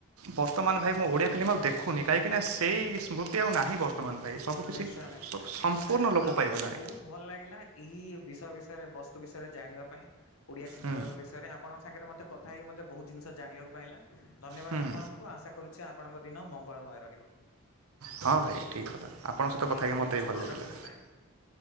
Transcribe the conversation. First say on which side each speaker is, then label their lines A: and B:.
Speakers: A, on the right (about 90°); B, on the left (about 80°).
A: ବର୍ତ୍ତମାନ ଭାଇ ମୁଁ ଓଡ଼ିଆ ଫିଲ୍ମ ବର୍ତ୍ତମାନ ଭାଇ ସବୁକିଛି
B: ନିଶ୍ଚୟ ନିଶ୍ଚୟ
A: ସମ୍ପୂର୍ଣ୍ଣ ଲୋପ
B: ଆମକୁ
A: ପାଇଗଲାଣି
B: ବହୁତ ଭଲ ଲାଗିଲା ଏହି ବିଷୟ ବିଷୟରେ ବ ବୁ ବିଷୟରେ ଜାଣିବା ପାଇଁ ଓଡ଼ିଆ ସିନେ
A: ହୁଁ
B: ଜଗତ ବିଷୟରେ ଆପଣ ସାଙ୍ଗରେ ମୋେ କଥା ହେଇ ମତେ ବହୁତ ଜିନିଷ ଜାଣକୁ ପାଇଲା। ଧନ୍ୟବାଦ
A: ହୁଁ
B: ଆପଣଙ୍କୁ ଆଶା କରୁଛି ଆପଣଙ୍କ ଦିନ ମଙ୍ଗଳମୟ ରହିବ।
A: ହଁ ଭାଇ ଠିକ କ ଆପଣଙ୍କ ସହିତ
B: ନିଚ୍
A: କଥା ହେକି ମୋତେ
B: ନିଶ୍ଚୟ
A: ଭଲ ଲାଗିଲା
B: ରଖୁଛି ଭାଇନା।